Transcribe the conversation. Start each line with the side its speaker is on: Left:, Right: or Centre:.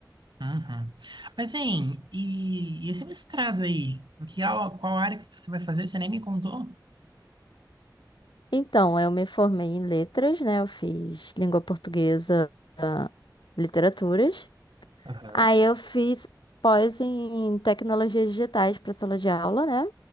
Right: Uhum. Mas, hein, e, e esse mestrado aí? Do que, ao- qual área que você vai fazer? Você nem me contou?
Left: Então, eu me formei em letras, né? Eu fiz língua portuguesa, ah, literaturas.
Right: Aham.
Left: Aí eu fiz pós em tecnologias digitais para sala de aula, né?